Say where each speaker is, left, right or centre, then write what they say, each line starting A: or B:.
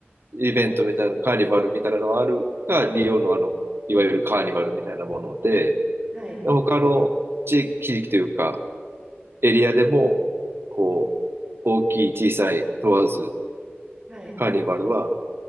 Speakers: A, on the right (about 60°); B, on the right (about 15°).
A: イベントみたいな、カーニバルみたいなのがあるが、リオのあの、いわゆるカーニバルみたいなもので、
B: はい、
A: 他の地域、地域というか、エリアでも、こう、大きい、小さい問わず、
B: はい
A: カーニバルは